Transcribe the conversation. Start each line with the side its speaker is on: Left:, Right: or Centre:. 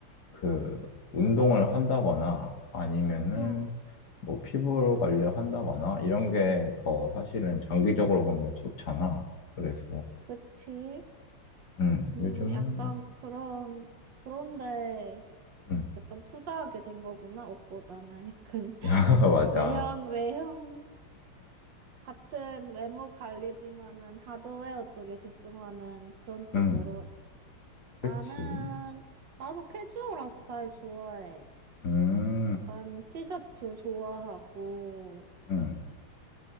Left: 그, 운동을 한다거나, 아니면은,
Right: 응,
Left: 뭐, 피부 관리 한다거나, 이런 게 더 사실은 장기적으로 보면 좋잖아. 그래서,
Right: 그치?
Left: 음,
Right: 음,
Left: 요즘은,
Right: 약간 그런 그런데
Left: 음,
Right: 약간 투자하게 된 거구나. 옷보다는 약간 <laughs>
Left: <laughs> 맞아.
Right: 외형 외형 같은 외모 관리지만은 하드웨어 쪽에 집중하는 그런 쪽으로.
Left: 음,
Right: 나는
Left: 그치.
Right: 나도 캐주얼한 스타일 좋아해.
Left: 음,
Right: 약간 티셔츠 좋아하고.
Left: 음,